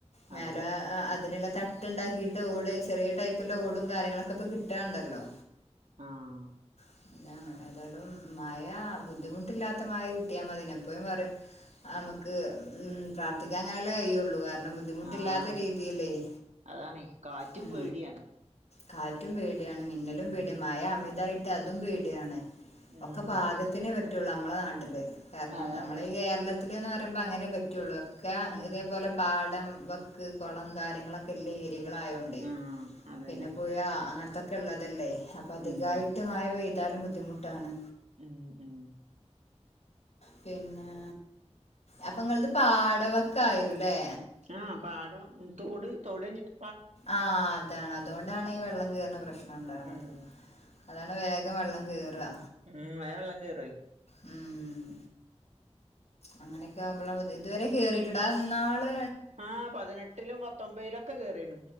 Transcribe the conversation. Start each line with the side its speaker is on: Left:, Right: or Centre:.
Left: മേലോഅ
Right: അതെ
Left: ആ അതിനുള്ള തട്ട്ണ്ടാക്കീട്ട് ഓട് ചെറിയ ടൈപ്പുള്ള ഓടും കാര്യങ്ങളൊക്കെ ഇപ്പൊ കിട്ടാണ്ടല്ലോ
Right: ആഹ്
Left: <unintelligible> ഏതാലും മയാ ബുദ്ധിമുട്ടില്ലാത്ത മയ കിട്ടിയാ മതിയ്ന് എപ്പഴും പറയും ആ അമുക്ക് ഉം പ്രാർഥിക്കാൻ അങ്ങനെല്ലേ കഴിയൊള്ളൂ കാരണം ബുദ്ധിമു ട്ടി
Right: ആഹ്
Left: ല്ലാത്ത രീതിയിലേയ്
Right: അതാണേ കാറ്റും
Left: ഉം
Right: പേടിയാണ്
Left: കാറ്റും പേടിയാണ് മിന്നലും
Right: ഉം
Left: പേടിയാ മയ അമിതായിട്ട് അതും പേടിയാണ്
Right: ഉം
Left: ഒക്കെ പാകത്തിനേ പറ്റുള്ളൂ അമ്മളെ നാട്ടില് കാര്ണം
Right: അതാണ്
Left: നമ്മളെ ഈ കേരളത് ത്തില്ന്ന് പറയുമ്പോ അങ്ങനെ പറ്റൊള്ളു ഒക്കെ
Right: ഉം
Left: ഇതേപോലെ പാടംവക്ക് കൊളം കാര്യങ്ങളൊക് ക്കെള്ള ഏരികളായോണ്ടേയ്
Right: ആഹ് അതന്നെ
Left: പിന്നെ പുഴ അങ്ങൻത്തൊക്കെ ള്ളതല്ലേ അപ്പ അധികായി
Right: ഉം
Left: ട്ട് മയ പെയ്താലും ബുദ്ധിമുട്ടാണ്
Right: ഉം ഉം
Left: പിന്നെ അപ്പൊ ങ്ങൾത് പാടവക്കായിരും ലേ
Right: ആ പാടം തോട് തോടയ്ഞ്ഞിട്ട്
Left: ആ അതാണ് അതുകൊണ്ടാണ് ഈ വെള്ളം കേർണ പ്രശ്നം ഉണ്ടാണത്
Right: ഉം
Left: അതാണ് വേഗം വെള്ളം കേറാ
Right: ഉം വേം വെള്ളം കേറോയ്
Left: ഉം അങ്ങനെയൊക്കെ ആവുമ്പളാ ബുദ്ധി ഇതുവരെ കേറിയിട്ടുണ്ട് ആ ന്നാള്
Right: ആ പതിനെട്ടിലും പത്തൊമ്പതിലും ഒക്കെ കേറീണ്